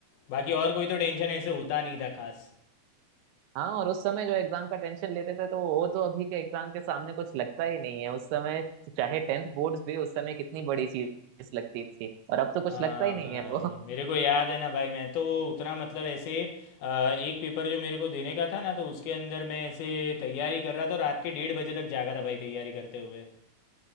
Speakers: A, on the left; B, on the right.
A: बाकी और कोई तो टेंशन ऐसे होता नहीं था खास
B: हाँ और उस समय जो एग्जाम का टेंशन लेते थे तो वो तो अभी के एग्जाम के सामने कुछ लगता ही नहीं है उस समय चाहे टेंथ बोर्ड्स भी उस समय कितनी बड़ी चीज लगती थी और अब तो कुछ
A: हाँ
B: लगता ही नहीं
A: भाई
B: है वो <laughs>
A: मेरे को याद है ना भाई मैं तो उतना मतलब ऐसे अ, एक पेपर जो मेरे को देने का था ना तो उसके अंदर मैं ऐसे तैयारी कर रहा था रात के डेढ़ बजे तक जागा था भाई तैयारी करते हुए